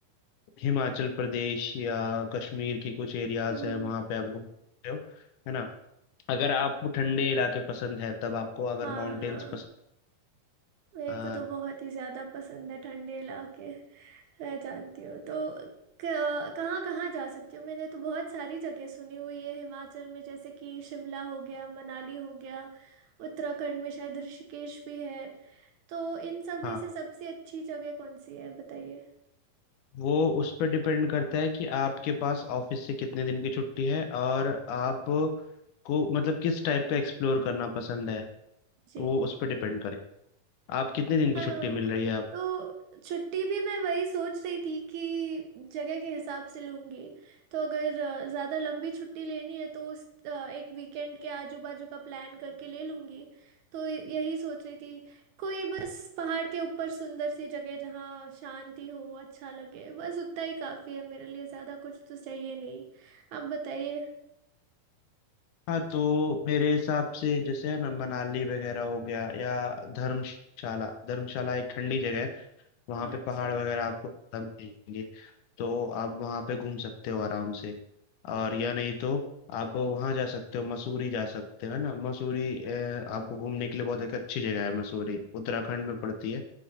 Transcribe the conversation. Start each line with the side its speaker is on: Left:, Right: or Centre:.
Left: हिमाचल प्रदेश या कश्मीर की कुछ एरियाज
Right: हम्म
Left: है वहाँ पे आप घूम सकते हो है ना अगर आपको ठंडे इलाके पसंद है तब आपको अगर
Right: हाँ
Left: माउंटेन्स
Right: हाँ मेरे
Left: पसंद
Right: को तो बहुत ही ज़्यादा पसंद है ठंडे इलाके मैं जानती हूँ तो क- कहाँ कहाँ जा सकती हूँ मैंने तो बहुत सारी जगह सुनी हुई है हिमाचल में जैसे कि शिमला हो गया मनाली हो गया उत्तराखंड में शायद ऋषिकेश भी है तो इन सब में
Left: हाँ
Right: से सबसे अच्छी जगह कौन सी है बताइए
Left: वो उस पर डिपेंड करता है कि आपके पास ऑफिस से कितने दिन की छुट्टी है और आप को मतलब किस टाइप का एक्सप्लोर करना पसंद है
Right: जी
Left: वो उस पर डिपेंड करे आप कितने दिन की
Right: हाँ
Left: छुट्टी मिल रही है आप
Right: तो छुट्टी भी मैं वही सोच रही थी कि जगह के हिसाब से लूँगी तो अगर अ, ज़्यादा लंबी छुट्टी लेनी है तो उस अ, एक वीकेंड के आजू बाजू का प्लान करके ले लूँगी तो यही सोच रही थी कोई बस पहाड़ के ऊपर सुंदर सी जगह जहाँ शांति हो अच्छा लगे बस उतना ही काफ़ी है मेरे लिए ज़्यादा कुछ तो चाहिए नहीं आप बताइए
Left: हाँ तो मेरे हिसाब से जैसे है ना मनाली वगैरह हो गया या धर्मशाला धर्मशाला एक ठंडी जगह है वहाँ
Right: हाँ,
Left: पे
Right: अच्छा
Left: पहाड़ वगैरह आपको खत्म देंगे तो आप वहाँ पे घूम सकते हो आराम से और या नहीं तो आप वहाँ जा सकते हो मसूरी जा सकते हो है ना मसूरी अ, आपको घूमने के लिए बहुत एक अच्छी जगह है मसूरी उत्तराखंड में पड़ती है